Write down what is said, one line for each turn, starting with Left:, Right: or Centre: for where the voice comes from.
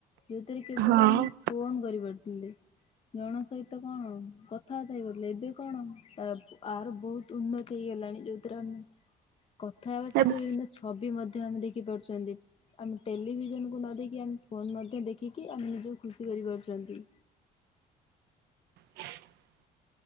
Left: ଯେଉଁଥିରେ କେବଳ
Right: ହଁ।
Left: ଆମ ଫୋନ କରିପାରୁଥିଲେ ଜଣ ସହିତ କଣ? କଥା ବାର୍ତ୍ତା ହେଇ ଗଲେ ଏବେ କଣ ତା ଆର ବହୁତ ଉନ୍ନତି ହେଇଗଲାଣି। ଯେଉଁଥିରେ ଆମେ କଥା ହେବା ସହିତ
Right: ଏବ୍
Left: ବିଭିନ୍ନ ଛବି ମଧ୍ୟ ଆମେ ଦେଖିପାରୁଛନ୍ତି। ଆମେ ଟେଲିଭିଜନକୁ ନ ଦେଇକି ଆମେ ଫୋନ୍ ମଧ୍ୟ ଦେଖିକି ଆମେ ନିଜକୁ ଖୁସି କରିପାରୁଛନ୍ତି।
Right: <inaudible>